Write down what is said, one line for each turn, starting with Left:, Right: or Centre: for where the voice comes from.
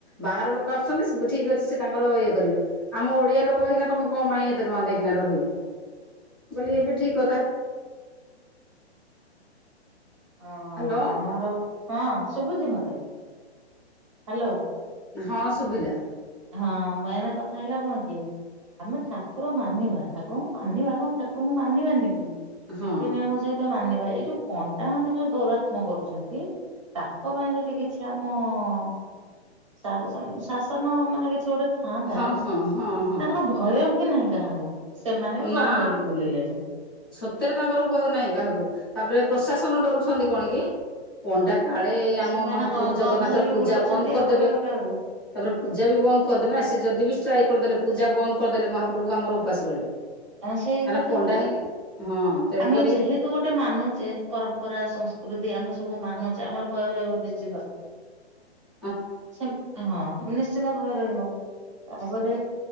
Left: ବାହାର ଲୋକ ଆସୁଛନ୍ତି ଠିକ ଅଛି ସେ ତାଙ୍କର ଇଏ କରିବେ। ଆମ ଓଡିଆ ଲୋକ ହେଇକିନା ତମେ କମ ପାଇଁ ଏତେ ଟଙ୍କା ଦେଇକିନା ରହିବ ବୋଲି ଏ ବି ଠିକ କଥା।
Right: ହଁ
Left: ହ୍ୟାଲୋ
Right: ଆମର, ହଁ ଶୁଭୁଛି ମତେ। ହ୍ୟାଲୋ।
Left: ହଁ ଶୁବିଲା।
Right: ହଁ ମେନ କଥା ହେଲା କଣ କି ଆମେ ଠାକୁର ମାନିବା ଠାକୁରଙ୍କୁ ମାନିବା କଣ ଠାକୁରଙ୍କୁ ମାନିବାନି କି
Left: ହଁ
Right: ନୀତି ନିୟମ ସହିତ ମାନିବା ଏଇ ଯୋଉ ପଣ୍ଡାମାନେ ଯୋଉ ଦୁରାତ୍ମ କରୁଛନ୍ତି ତାଙ୍କ ପାଇଁ ଯଦି କିଛି ଆମ ଅ ଶା-ଶା-ଶାସନ ମାନ୍ କିଛି ଗୋଟେ ଥାଆନ୍ତା
Left: ହଁ ହଁ ହଁ ହଁ
Right: ତାଙ୍କର ଭୟ ହିଁ ନାହିଁ କାହାକୁ। ସେମାନେ ବି ଗନ୍
Left: ନା
Right: ଧରିକି ବୁଲିଲେଣି।
Left: ସତରେ ତାଙ୍କର ଭୟ ନାହିଁ କାହାକୁ ତାପରେ ପ୍ରଶାସନ ଡରୁଛନ୍ତି କଣ କି ପଣ୍ଡା କାଳେ ଆମ
Right: ସେମାନେ
Left: ମହାପ୍ରଭୁ
Right: ଗ-
Left: ଜଗନ୍ନାଥର
Right: ଗନ୍ ଧରିକି
Left: ପୂଜା
Right: ବୁଲୁଛନ୍ତି
Left: ବନ୍ଦ କରିଦେବେ।
Right: ଆଉ କହିବେ
Left: ତାପରେ
Right: କାହାକୁ
Left: ପୂଜା ବି ବନ୍ଦ କରିଦେବେ ନା ସେ ଯଦି ବି ଷ୍ଟ୍ରାଇକ୍ କରିଦେଲେ ପୂଜା ବନ୍ଦ କରିଦେଲେ ମହାପ୍ରଭୁ ଆମର ଉପାସ ରହିବେ।
Right: ଆ ସେଇ
Left: କାହିଁକିନା
Right: କଥା
Left: ପଣ୍ଡା
Right: ପରା
Left: ହିଁ ହଁ ତେଣୁକରି
Right: ଆମେ ଯେହେ ତୁ ଗୋଟେ ମାନୁଚେ ପରମ୍ପରା ସଂସ୍କୃତି ଆମେ ସବୁ ମାନୁଚେ ଆମର ଭୟ ରହିବ ନିଶ୍ଚିନ୍ତ।
Left: <inaudible>
Right: ସେମ୍ ହଁ ନିଶ୍ଚିନ୍ତ ଭୟ ରହିବ। ତାପରେ